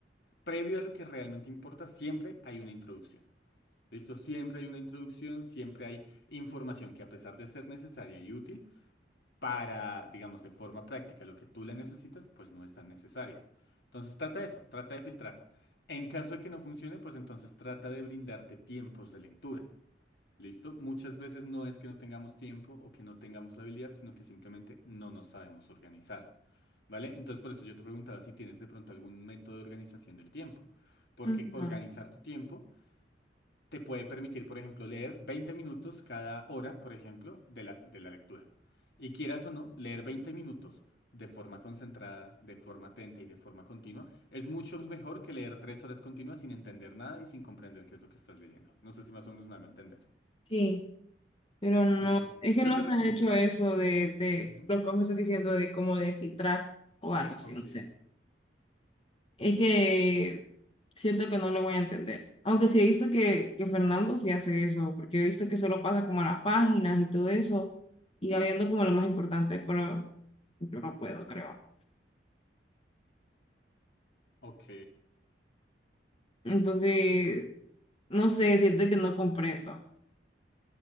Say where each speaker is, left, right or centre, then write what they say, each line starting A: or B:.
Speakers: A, on the left; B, on the left.
A: previo a lo que realmente importa, siempre hay una introducción. Listo, siempre hay una introducción, siempre hay información que a pesar de ser necesaria y útil, para, digamos, de forma práctica, lo que tú le necesitas, pues no es tan necesaria. Entonces trata eso, trata de filtrar. En caso de que no funcione, pues entonces trata de brindarte tiempos de lectura. ¿Listo? Muchas veces no es que no tengamos tiempo o que no tengamos la habilidad, sino que simplemente no nos sabemos organizar. ¿Vale? Entonces por eso yo te preguntaba si tienes de pronto algún método de organización del tiempo. Porque
B: Ujú.
A: organizar tu tiempo te puede permitir, por ejemplo, leer 20 minutos cada hora, por ejemplo, de la, de la lectura. Y quieras o no, leer 20 minutos de forma concentrada, de forma atenta y de forma continua, es mucho mejor que leer tres horas continuas sin entender nada y sin comprender qué es lo que estás leyendo. No sé si más o menos me hago entender.
B: Sí. Pero no,
A: Entonces,
B: es que
A: yo
B: nunca
A: te recomiendo
B: he hecho
A: eso.
B: eso de, de
A: Ujú.
B: lo que me estás diciendo de cómo de filtrar o algo así,
A: Ok,
B: no sé. Es que siento que no lo voy a entender. Aunque sí he visto que, que Fernando sí hace eso, porque he visto que solo pasa como a las páginas y todo eso, y va viendo como lo más importante, pero yo no puedo, creo.
A: ok.
B: Entonces, no sé, siento que no comprendo